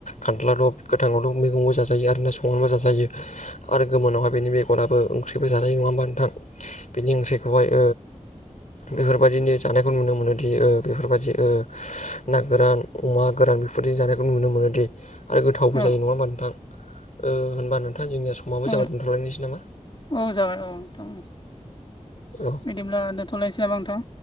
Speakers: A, on the left; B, on the left.
A: खान्थाला थ' गोथाङावथ' मैगंबो जाजा जायो आरोना संना जाजायो आरो गोमोनाव हायबो बेनि बेगराबो ओंख्रिबो जायो नङा होमबा नोंथां बेनि ओंख्रिखौहाय बेफोरबायदिनो जानायखौ नुनो मोनोदि बेफोरबायदि ना गोरान अमा गोरान बेफोरजों जानायखौ नुनो मोनो दे आरो गोथावबो
B: औ
A: जायो नङा होमबा नोंथां ओ होनबा नोंथां जोंनिया स माबो जाबाय
B: औ
A: दोनथ'लायनोसै नामा
B: औ जाबाय औ नोंथां
A: औ
B: बिदिब्ला दोनथ'लायनोसै नामा नोंथां